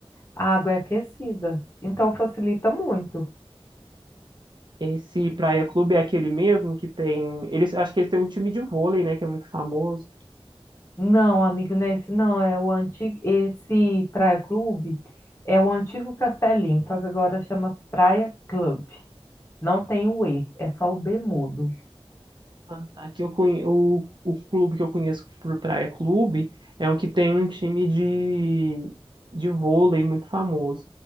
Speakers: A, on the left (about 25°); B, on the right (about 50°).
A: A água é aquecida, então facilita muito.
B: Esse Praia Clube é aquele mesmo que tem. Eles, acho que eles têm um time de vôlei, né? Que é muito famoso.
A: Não, amigo, não é esse não, é o antigo, esse Praia Clube é o antigo Castelinho, só que agora chama Praia Clube. Não tem o E, é só o B mudo.
B: Ah, tá. Aqui eu conhe... o, o clube que eu conheço por Praia Clube é um que tem um time de, de vôlei muito famoso.